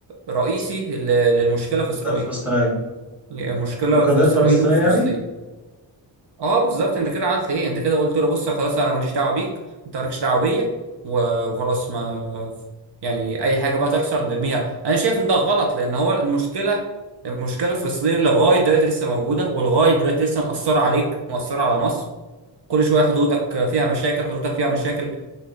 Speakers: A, on the right (about 65°); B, in the centre.
A: رئيسي ل- للمشكلة
B: القضيه
A: في اسرائيل
B: الفلسطينيه
A: المشكلة
B: القضيه
A: في اسرائيل
B: الفلسطينيه
A: وفلسطين
B: يعني
A: اه بالظبط انت كده عملت ايه انت كده قلت له بص خلاص انا ماليش دعوه بيك انت مالكش دعوه بيا و- وخلاص ما يعني اي حاجه بقى تحصل نرميها انا شايف ان ده غلط لان هو المشكله المشكله الفلسطينيه لغايه دلوقتي لسه موجوده ولغايه دلوقتي لسه مأثره عليك مأثره على مصر كل شويه حدودك فيها مشاكل حدودك فيها مشاكل